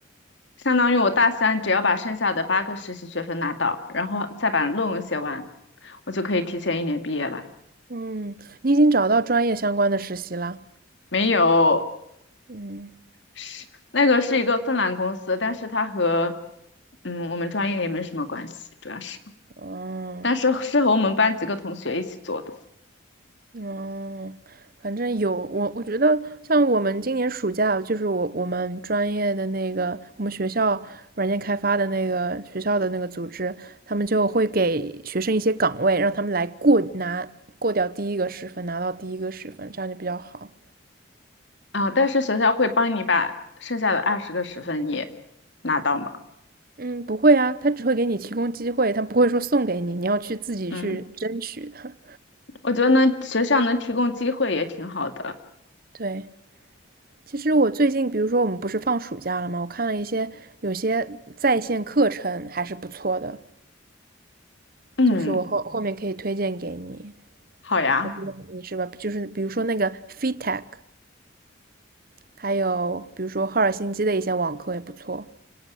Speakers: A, on the left; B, on the right.
A: 相当于我大三只要把剩下的八个实习学分拿到，然后再把论文写完，我就可以提前一年毕业了。
B: 嗯，你已经找到专业相关的实习啦？
A: 没有，
B: 嗯。
A: 是那个是一个芬兰公司，但是它和嗯我们专业也没什么关系，主要是，
B: 嗯
A: 但是是和我们班几个同学一起做的
B: 嗯，反正有我，我觉得像我们今年暑假，就是我我们专业的那个，我们学校软件开发的那个学校的那个组织，他们就会给学生一些岗位，让他们来过拿过掉第一个十分，拿到第一个十分，这样就比较好。
A: 啊，但是学校会帮你把剩下的二十个十分也拿到嘛，
B: 嗯，不会啊，他只会给你提供机会，他不会说送给你，你要去自己去争取的。
A: 嗯，我觉得呢学校能提供机会也挺好的，
B: <laughs> 对。其实我最近，比如说我们不是放暑假了吗？我看了一些有些在线课程还是不错的，
A: 嗯，
B: 就是我后后面可以推荐给你。
A: 好呀，
B: 我估知道你是吧？就是比如说那个 FeedTech，还有比如说赫尔辛基的一些网课也不错。